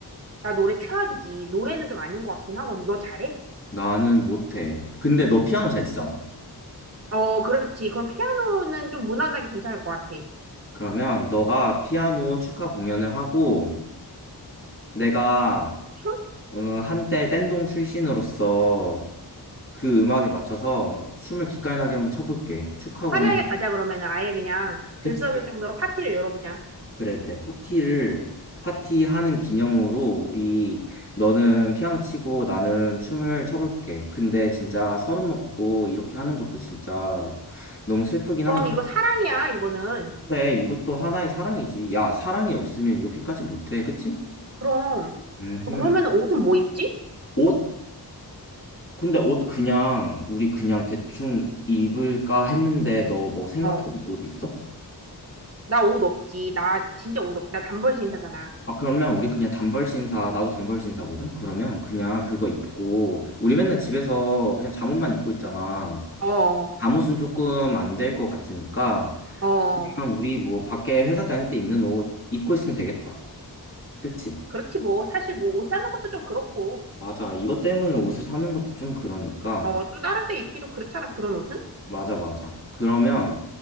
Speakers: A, on the right (about 35°); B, on the left (about 30°).
A: 나 노래 최악이지. 노래는 좀 아닌 것 같긴 하거든. 너 잘해?
B: 나는 못해 근데 너 피아노 잘 치잖아
A: 어, 그렇지. 그럼 피아노는 좀 무난하게 괜찮을 것 같아.
B: 그러면 너가 피아노 축하 공연을 하고 내가
A: 춤?
B: 어, 한때 댄동 출신으로서 그 음악에 맞춰서 춤을 기깔나게 한번 춰볼게. 축하 공연.
A: 화려하게 가자 그러면은 아예 그냥 들썩일
B: 그치?
A: 정도로 파티를 열어보자.
B: 그래, 그래. 파티를, 파티하는 기념으로 우리, 너는 피아노 치고 나는 춤을 춰볼게. 근데 진짜 서른 먹고 이렇게 하는 것도 진짜 너무 슬프긴
A: 그럼
B: 한데,
A: 이거 사랑이야, 이거는.
B: 근데 이것도 하나의 사랑이지. 야, 사랑이 없으면 이렇게까지 못해. 그치?
A: 그럼,
B: 음흠.
A: 그러면 옷은 뭐 입지?
B: 옷? 근데 옷 그냥, 우리 그냥 대충 입을까 했는데, 너 뭐 생각해둔
A: 어.
B: 옷 있어?
A: 나 옷 없지. 나 진짜 옷 없지. 나 단벌 신사잖아.
B: 아, 그러면 우리 그냥 단벌 신사, 나도 단벌 신사거든? 그러면 그냥 그거 입고, 우리 맨날 집에서 그냥 잠옷만 입고 있잖아.
A: 어,
B: 잠옷은 조금 안 될 것 같으니까,
A: 어.
B: 그냥 우리 뭐 밖에 회사 다닐 때 입는 옷 입고 있으면 되겠다. 그치?
A: 그렇지 뭐. 사실 뭐 옷 사는 것도 좀 그렇고.
B: 맞아. 이것 때문에 옷을 사는 것도 좀 그러니까,
A: 어, 또 다른 데 입기도 그렇잖아. 그런 옷은.
B: 맞아, 맞아. 그러면